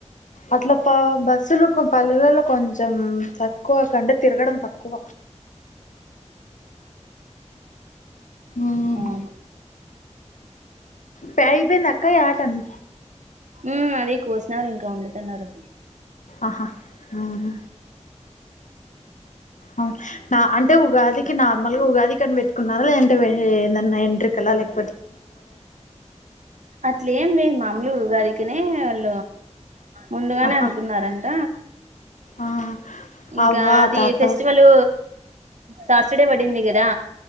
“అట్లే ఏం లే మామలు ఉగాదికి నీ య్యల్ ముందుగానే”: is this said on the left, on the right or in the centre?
Right